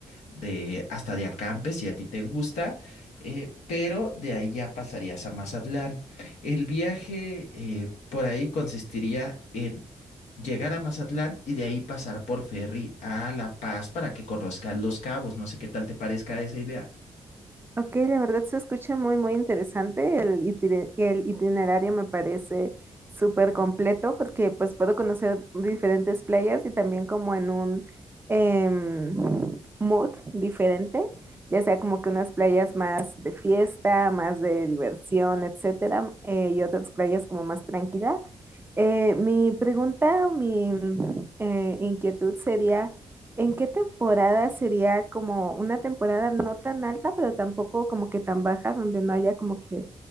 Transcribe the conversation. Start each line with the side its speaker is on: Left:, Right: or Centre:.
Left: de hasta de acampe, si a ti te gusta, eh, pero de ahí ya pasarías a Mazatlán. El viaje eh, por ahí consistiría en llegar a Mazatlán y de ahí pasar por ferry a La Paz para que conozcas Los Cabos. No sé qué tal te parezca esa idea.
Right: Ok, la verdad se escucha muy, muy interesante. El, itine- el itinerario me parece súper completo porque pues puedo conocer diferentes playas y también como en un em, mood diferente, ya sea como que unas playas más de fiesta, más de diversión, etcétera, eh, y otras playas como más tranquila. Eh, mi pregunta o mi mm, eh, inquietud sería ¿En qué temporada sería como una temporada no tan alta, pero tampoco como que tan baja, donde no haya como que